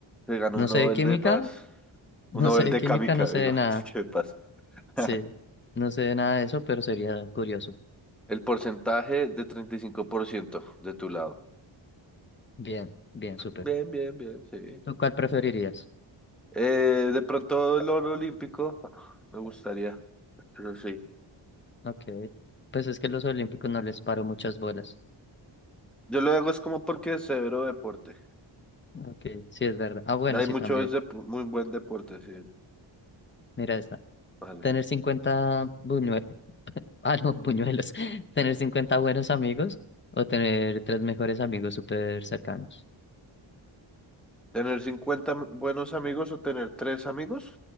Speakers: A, in the centre; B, on the left (about 25°).
A: Se ganó
B: No
A: un Nobel
B: sé de química,
A: de Paz,
B: <laughs> no
A: un Nobel
B: sé de
A: de
B: química,
A: Kamika,
B: no sé
A: digo,
B: de nada.
A: <laughs> es que de paz.
B: Sí,
A: <laughs>
B: no sé nada de eso, pero sería curioso.
A: El porcentaje de 35% de tu lado.
B: Bien, bien, súper.
A: Bien, bien, bien, sí.
B: ¿Tú cuál preferirías?
A: Eh, de pronto el oro olímpico, ah, me gustaría, pero sí.
B: Ok, pues es que los olímpicos no les paro muchas bolas.
A: Yo lo hago es como porque es severo deporte.
B: Ok, sí es verdad. Ah, bueno,
A: Hay
B: sí
A: mucho
B: también.
A: es de muy buen deporte, sí.
B: Mira esta.
A: Vale.
B: Tener 50 buñuelos, ah, no, <laughs> buñuelos. Tener 50 buenos amigos o tener tres mejores amigos súper cercanos.
A: Tener 50 m- buenos amigos o tener tres amigos.